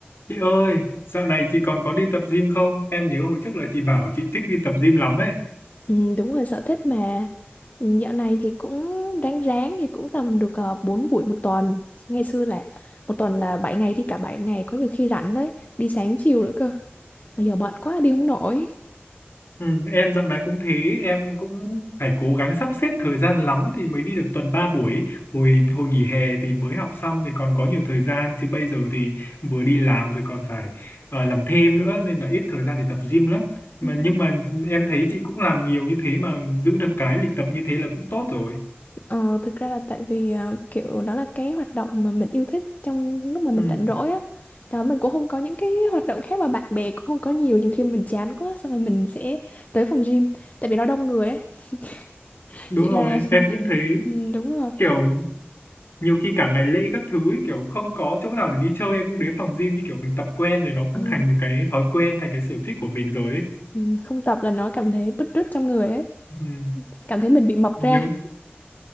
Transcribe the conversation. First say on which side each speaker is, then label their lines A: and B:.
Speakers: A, on the left (about 65°); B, on the left (about 40°).
A: Chị ơi, dạo này chị còn có đi tập gym không? Em nhớ hồi trước là chị bảo chị thích đi tập gym lắm ấy.
B: Ừ, đúng rồi sở thích mà Ừ, dạo này thì cũng ráng ráng thì cũng tầm được uh, 4 buổi một tuần ngày xưa là một tuần là bảy ngày đi cả bảy ngày có nhiều khi rảnh đấy đi sáng chiều nữa cơ mà giờ bận quá đi không nổi
A: Ừ, em dạo này cũng thế, em cũng phải cố gắng sắp xếp thời gian lắm thì mới đi được tuần 3 buổi. Hồi hồi nghỉ hè thì mới học xong thì còn có nhiều thời gian chứ bây giờ thì vừa đi làm rồi còn phải ờ, làm thêm nữa nên là ít thời gian để tập gym lắm. Mà
B: Ừ.
A: nhưng mà em thấy chị cũng làm nhiều như thế mà giữ được cái lịch tập như thế là cũng tốt rồi.
B: Ờ, thực ra là tại vì ờ, kiểu đó là cái hoạt động mà mình yêu thích trong lúc mà mình
A: Ừ,
B: rảnh rỗi á. Đó mình cũng không có những cái hoạt động khác mà bạn bè cũng không có nhiều, nhiều khi mình chán quá xong rồi mình sẽ tới phòng gym tại vì nó đông người ấy. <laughs>
A: đúng
B: Chị
A: rồi,
B: là <laughs>
A: em
B: chị
A: cũng thấy
B: ừ, đúng rồi.
A: kiểu nhiều khi cả ngày lễ các thứ ấy, kiểu không có chỗ nào để đi chơi em cũng đến phòng gym như kiểu mình tập quen rồi nó cũng
B: Ừ.
A: thành một cái thói quen thành cái sở thích của mình rồi ấy.
B: Ừ, Không tập là nó cảm thấy bứt rứt trong người ấy,
A: Ừ,
B: cảm thấy mình bị mập
A: nhớ
B: ra.